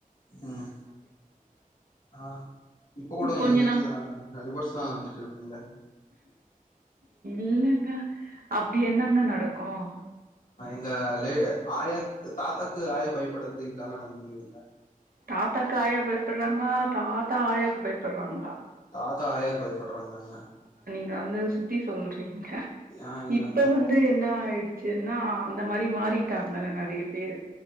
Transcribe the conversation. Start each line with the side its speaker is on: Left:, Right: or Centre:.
Left: உம் ஆஹ் இப்ப கூட
Right: கொஞ்ச
Left: எங்க வீட்டுல
Right: நா
Left: ரிவேர்ஸ் தான் வந்துட்டு இருக்குங்க
Right: இல்லங்க அப்படி என்னங்க நட நடக்கும்
Left: இங்கலே ஆயா தாத்தாக்கு ஆயா பயப்படுறது இதல்லாம் நடக்கதுங்க
Right: தாத்தாக்கு ஆயா பயப்படுறாங்களா தாத்தா ஆயாவுக்கு பயப்படுறாங்களா
Left: தாத்தா ஆயாக்கு பயம் படுன்றாங்னா
Right: க வந்து சுத்தி சொல்றிங்க
Left: ஆ இல்லங்க
Right: இப்ப வந்து என்ன ஆயிடு சென்னா அந்த மாரி மாறிகிடாங்க நிறைய பேரு